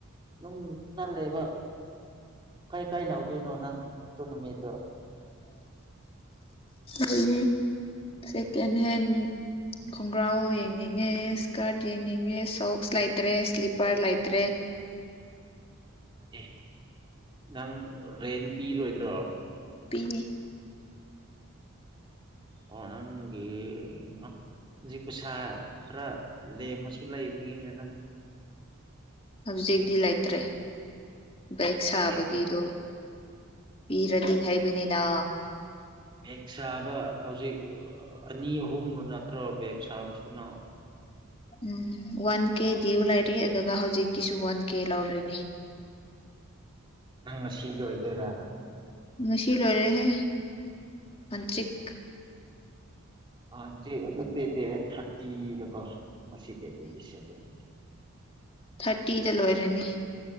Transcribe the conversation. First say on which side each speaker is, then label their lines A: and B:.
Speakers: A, on the right; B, on the left.
A: ꯑꯗꯨꯝ ꯆꯠꯂꯦꯕ ꯀꯩ ꯀꯩ ꯂꯧꯗꯣꯏꯅꯣ ꯅꯪ ꯑꯗꯨ ꯅꯨꯃꯤꯠꯇꯣ
B: ꯗꯒꯤ ꯁꯦꯀꯦꯟ ꯍꯦꯟ ꯈꯣꯡꯒ꯭ꯔꯥꯎ ꯌꯦꯡꯅꯤꯡꯉꯦ ꯁ꯭ꯀꯔꯠ ꯌꯦꯡꯅꯤꯡꯉꯦ ꯁꯣꯛꯁ ꯂꯩꯇ꯭ꯔꯦ ꯁ꯭ꯂꯤꯞꯄꯔ ꯂꯩꯇ꯭ꯔꯦ
A: ꯑꯦ ꯅꯪ ꯔꯦꯟꯠ ꯄꯤꯔꯣꯏꯗ꯭ꯔꯣ
B: ꯅꯤ
A: ꯑꯣ ꯅꯪꯒꯤ ꯑ ꯍꯧꯖꯤꯛ ꯄꯩꯁꯥ ꯈꯔ ꯂꯦꯝꯃꯁꯨ ꯂꯩꯕꯒꯤꯅꯤꯗ
B: ꯍꯧꯖꯤꯛꯇꯤ ꯂꯩꯇ꯭ꯔꯦ ꯕꯦꯛ ꯁꯥꯕꯒꯤꯗꯣ
A: ꯅꯪ
B: ꯄꯤꯔꯗꯤ ꯍꯥꯏꯕꯅꯤꯗ
A: ꯕꯦꯛ ꯁꯥꯕ ꯍꯧꯖꯤꯛ ꯑꯥ ꯑꯅꯤ ꯑꯍꯨꯝꯗꯣ ꯅꯠꯇ꯭ꯔꯣ ꯕꯦꯛ ꯁꯥꯕꯁꯨꯅ
B: ꯎꯝ ꯋꯥꯟ ꯀꯦ ꯗ꯭ꯌꯨ ꯂꯩꯔꯤ ꯑꯗꯨꯒ ꯍꯧꯖꯤꯛꯀꯤꯁꯨ ꯋꯥꯟ ꯀꯦ ꯂꯧꯔꯅꯤ <inaudible>
A: ꯅꯪ ꯉꯁꯤꯒꯤ ꯑꯣꯏꯗꯣꯏꯔ
B: ꯉꯁꯤ ꯂꯣꯏꯔꯦꯍꯦ ꯍꯟꯆꯤꯛ
A: ꯑꯥ ꯍꯟꯆꯤꯛ ꯑꯗꯨꯗꯤ ꯗꯦꯠ ꯊꯥꯔꯇꯤꯗꯀꯣ ꯉꯁꯤ ꯗꯦꯠ ꯇ꯭ꯋꯦꯟꯇꯤ ꯁꯦꯚꯦꯟ
B: ꯊꯔꯇꯤꯗ ꯂꯣꯏꯔꯅꯤ